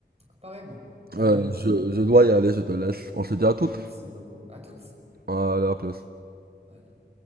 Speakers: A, on the right; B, on the right.
A: Apparemment, apparemment.
B: Euh, je, je dois y aller, je te laisse. On se dit à toutes.
A: Merci beaucoup. À toutes.
B: Hadi à plus.
A: Allez.